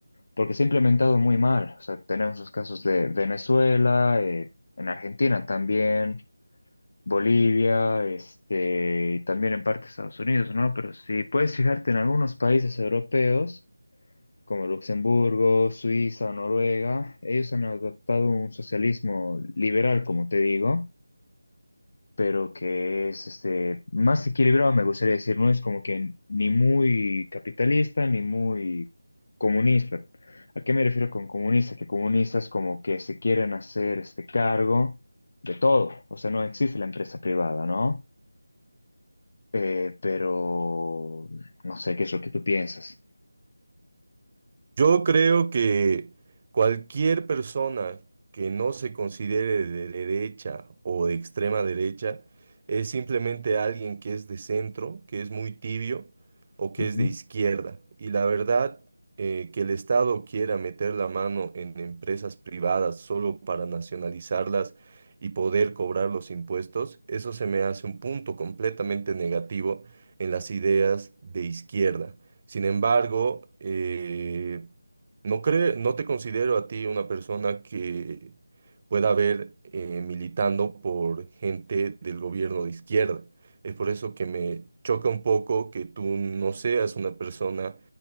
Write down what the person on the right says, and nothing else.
Yo creo que cualquier persona que no se considere de derecha o de extrema derecha es simplemente alguien que es de centro, que es muy tibio o que
es de izquierda. Y la verdad, eh, que el Estado quiera meter la mano en empresas privadas solo para nacionalizarlas y poder cobrar los impuestos, eso se me hace un punto completamente negativo en las ideas de izquierda. Sin embargo, eh, no cre- no te considero a ti una persona que pueda ver eh, militando por gente del gobierno de izquierda. Es por eso que me choca un poco que tú no seas una persona